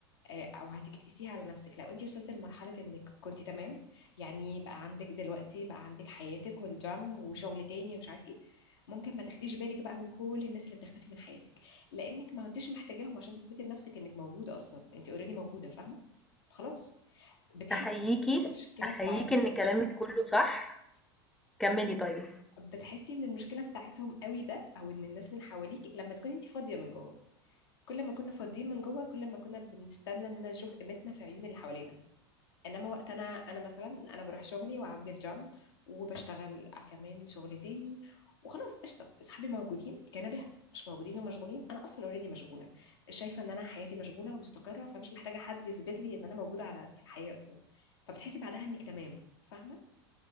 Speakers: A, on the left (about 80°); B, in the centre.
A: آه، او هتيجي تقيسيها على نفسك لو انت وصلت لمرحلة انك كنت تمام يعني بقى عندك دلوقتي بقى عندك حياتك والجيم وشغل تاني ومش عارف ايه ممكن ما تاخديش بالك بقى من كل الناس اللي بتختفي من حياتك لانك ما كنتش محتاجاهم عشان تثبتي لنفسك انك موجودة اصلا انت اوريدي موجودة فاهمة خلاص بتحسي
B: أحييكِ،
A: بالمشكلة
B: أحييكِ
A: بتاعتهم
B: إن كلامِك كله صح، كمّلي طيب.
A: بتحسي ان المشكله بتاعتهم قوي ده او ان الناس من حواليك لما تكوني انت فاضيه من جوه كل ما كنا فاضيين من جوه كل ما كنا بنستنى اننا نشوف قيمتنا في عيون اللي حوالينا انما وقت انا انا مثلا انا بروح شغلي وعندي الجام وبشتغل كمان شغل تاني وخلاص قشطه اصحابي موجودين كنبه مش موجودين ومشغولين انا اصلا اوريدي مشغوله شايفه ان انا حياتي مشغوله ومستقره فمش محتاجه حد يثبت لي ان انا موجوده على في الحياه اصلا فبتحسي بعدها انك تمام فاهمه